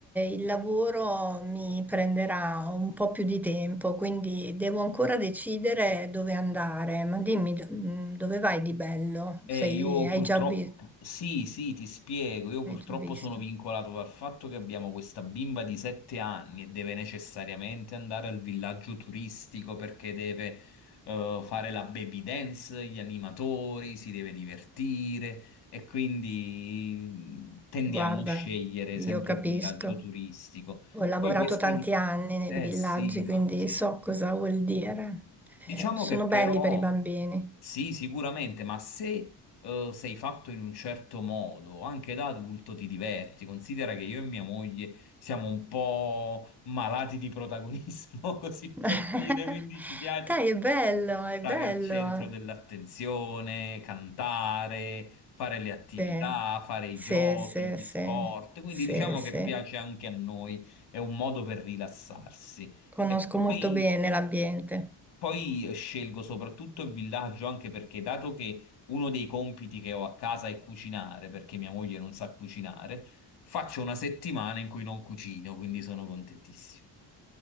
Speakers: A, in the centre; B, on the left.
A: il lavoro mi prenderà un po' più di tempo, quindi devo ancora decidere dove andare. Ma dimmi, do- mh, dove vai di bello?
B: Eh,
A: Sei,
B: io
A: hai
B: purtroppo,
A: già vi-
B: sì, sì, ti spiego, io purtroppo
A: hai già visto?
B: sono vincolato dal fatto che abbiamo questa bimba di sette anni e deve necessariamente andare al villaggio turistico perché deve eh, fare la baby dance, gli animatori, si deve divertire e quindi tendiamo
A: Guarda,
B: a scegliere
A: io
B: sempre
A: capisco.
B: il villaggio turistico.
A: Ho lavorato
B: Poi questo
A: tanti
B: gli...
A: anni nei
B: Eh
A: villaggi,
B: sì, ma
A: quindi
B: così
A: so
B: è.
A: cosa vuol dire.
B: Diciamo
A: Eh, sono
B: che però
A: belli per i bambini.
B: sì, sicuramente, ma se eh, sei fatto in un certo modo, anche da adulto ti diverti. Considera che io e mia moglie siamo un po' malati di protagonismo, <laughs> così
A: <laughs>
B: per dire, quindi ci piace
A: Dai, è bello, è
B: stare
A: bello.
B: al centro dell'attenzione, cantare, fare le attività,
A: Sì,
B: fare i
A: sì,
B: giochi,
A: sì,
B: gli
A: sì,
B: sport. Quindi
A: sì.
B: diciamo
A: sì.
B: che piace anche a noi, è un modo per rilassarsi.
A: Conosco
B: E
A: molto
B: poi
A: bene l'ambiente.
B: poi eh, scelgo soprattutto il villaggio anche perché, dato che uno dei compiti che ho a casa è cucinare, perché mia moglie non sa cucinare, faccio una settimana in cui non cucino, quindi sono contentissimo.